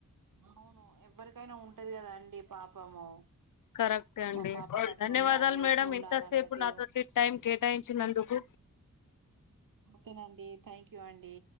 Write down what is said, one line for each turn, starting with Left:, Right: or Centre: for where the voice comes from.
Right: అవును ఎవ్వరికైనా ఉంటది కదా అండి పాపము
Left: కరెక్టె అండి
Right: మా పాపకు అట్లుండాలి
Left: ధన్యవాదాలు మేడం
Right: ఇట్లుండాలి
Left: ఎంతసేపు
Right: అన్నట్టే
Left: నాతోటి టైం కేటాయించినందుకు
Right: ఓకే అండి థ్యాంక్యూ అండి